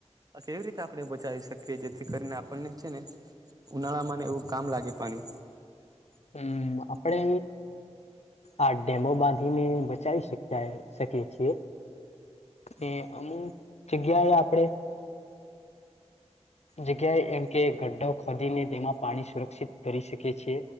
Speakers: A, on the right (about 35°); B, on the left (about 70°).
A: આ કેવી રીતે આપણે બચાવી શકીએ જેથી કરીને આપણને છે ને ઉનાળા મને એવું કામ લાગે પાણી
B: હમ્મ આપડે આ ડેમો બાંધી ને બચાઈ શકાય શકે છેં એ અમુક જગ્યાએ આપડે જગ્યાએ એમ કે ગ્ઢો ખોદીને તેમાં પાણી સુરક્ષિત કરી શકે છે